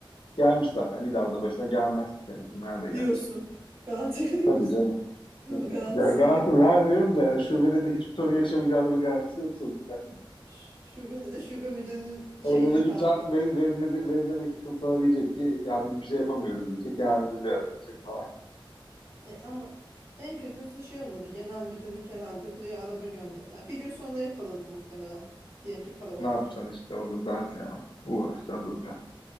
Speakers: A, on the left (about 65°); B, on the right (about 25°).
A: gelmiş zaten. Bir daha da başına gelmez ki senin. Nerede gelecek?
B: Diyorsun. Garanti <laughs> veriyor
A: Tabii
B: musun
A: canım.
B: bu? Bunun garantisini
A: Ya garanti
B: veriyor.
A: vermiyorum da yani şubede de hiçbir sorun yaşamayacağını bir garantisi yok sonuçta.
B: <coughs> <laughs> Şubede de şube müdürünün şeyine
A: Orada da gideceksin
B: kalmış.
A: ve veznede, veznedeki kız sana diyecek ki ya biz bir şey yapamıyoruz diyecek. genel müdürlüğü ara diyecek falan ya.
B: E, ama en kötüsü şey olurdu. Genel müdürlük herhalde buraya araba gönder. Ya bir gün sonra yakaladı muhtemelen. Diyelim ki para orada.
A: Ne yapacaksın işte o da dert ya. Uğraşacaksın duracaksın.